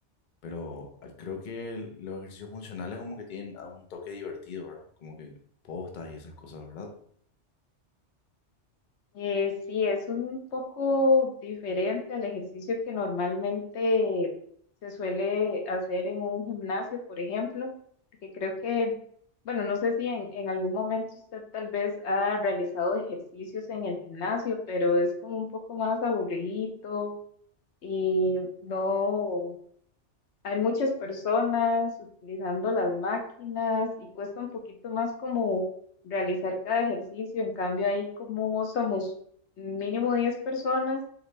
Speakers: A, on the left (about 45°); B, on the left (about 70°).
A: Pero ah, creo que los ejercicios funcionales como que tienen algún toque divertido, ¿verdad? Como que postas y esas cosas, ¿verdad?
B: Eh, sí, es un poco diferente al ejercicio que normalmente se suele hacer en un gimnasio, por ejemplo, porque creo que, bueno, no sé si en, en algún momento usted tal vez ha realizado ejercicios en el gimnasio, pero es como un poco más aburrido y no. Hay muchas personas utilizando las máquinas y cuesta un poquito más como realizar cada ejercicio. En cambio, ahí como somos mínimo 10 personas,